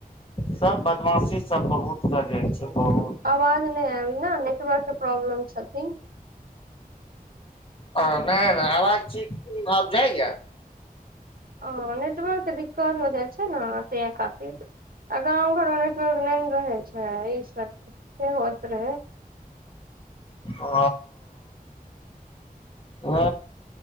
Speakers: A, on the left (about 35°); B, on the right (about 75°).
A: सभ बदमाशीसब बहुत करै छै बहुत।
B: आवाज नहि आयल ने नेटवर्क के प्रॉब्लम छथिन
A: हँ नहि नहि आवाज ठीकी आब जाइए।
B: ह नेटवर्कके दिक्कत हो जाइ छै ने ते काफी आ गाँव घरमे नेटवर्क नहि ने रहै छै ई सब होइत रहै।
A: ओ ह